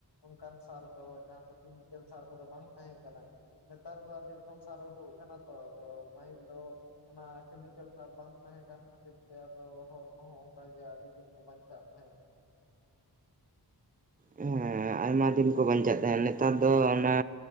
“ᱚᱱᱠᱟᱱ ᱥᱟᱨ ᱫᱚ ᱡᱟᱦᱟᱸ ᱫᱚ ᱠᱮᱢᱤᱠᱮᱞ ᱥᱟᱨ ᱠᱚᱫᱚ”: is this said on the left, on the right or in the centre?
Left